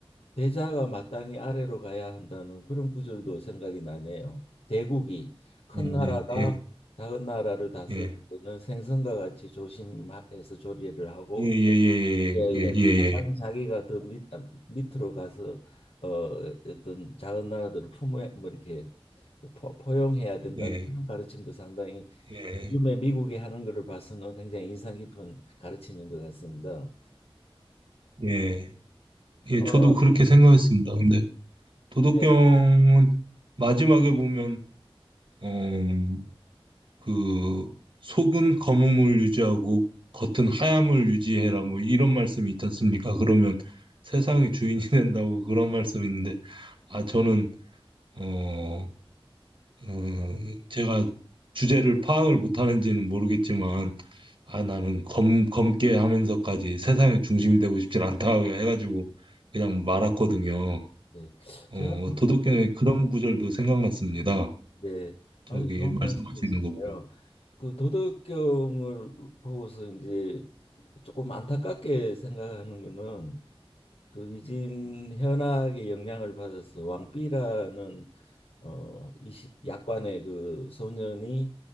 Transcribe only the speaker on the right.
예,
예,
예,
예, 예, 예,
예, 예,
예,
예, 예,
예,
예, 예. 예,
저도 그렇게 생각했습니다. 근데 도덕경은
마지막에 보면 어, 그 속은 검음을 유지하고 겉은 하얌을 유지해라 뭐 이런 말씀이 있지 않습니까? 그러면 세상의 주인이 <laughs> 된다고 그런 말씀이 있는데 아 저는 어, 어, 제가 주제를 파악을 못하는지는 모르겠지만 아 나는 검 검게 하면서까지 세상의 중심이 되고 싶진 않다 해가지고 그냥 말았거든요.
어,
도덕경의 그런 구절도 생각났습니다.
저기
말씀하시는
거보요